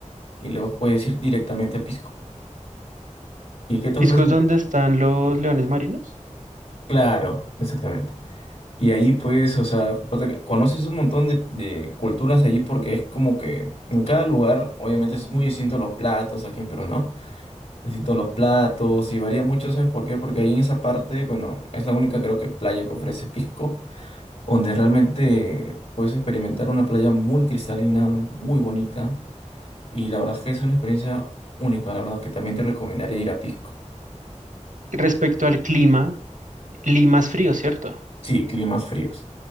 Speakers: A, on the left; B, on the right.
A: y luego puedes ir directamente a Pisco. ¿Y qué te
B: Pisco
A: ofrece?
B: es donde están los leones marinos.
A: Claro, exactamente. Y ahí pues, o sea, aparte, conoces un montón de, de culturas allí porque es como que en cada lugar, obviamente es muy distinto los platos, aquí en Perú, ¿no? Distintos los platos y varía mucho, ¿sabes por qué? Porque ahí en esa parte, bueno, es la única creo que playa que ofrece Pisco, donde realmente puedes experimentar una playa muy cristalina, muy bonita y la verdad es que es una experiencia única, la verdad es que también te recomendaría ir a Pisco.
B: Respecto al clima, Lima es frío, ¿cierto?
A: Sí, climas fríos.